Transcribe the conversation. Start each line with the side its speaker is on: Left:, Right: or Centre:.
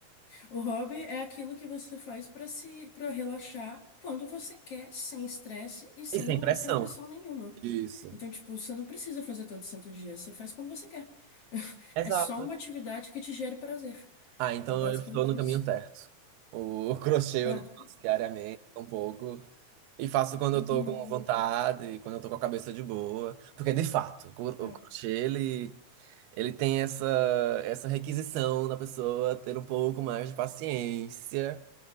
Left: O hobby é aquilo que você faz para se, para relaxar quando você quer, sem estresse e sem,
Right: E sem pressão.
Left: e sem pressão nenhuma.
Right: Isso.
Left: Então, tipo, você não precisa fazer todo santo dia, você faz quando você quer. <laughs>
Right: Exato.
Left: É só uma atividade que te gere prazer.
Right: Ah, então
Left: É basicamente
Right: eu estou no caminho
Left: isso.
Right: certo. O crochê
Left: É.
Right: eu não faço diariamente, um pouco. E faço quando eu tô
Left: Uhum.
Right: com vontade, quando eu tô com a cabeça de boa. Porque, de fato, o cro-
Left: É.
Right: o crochê, ele Ele tem essa, essa requisição da pessoa ter um pouco mais de paciência,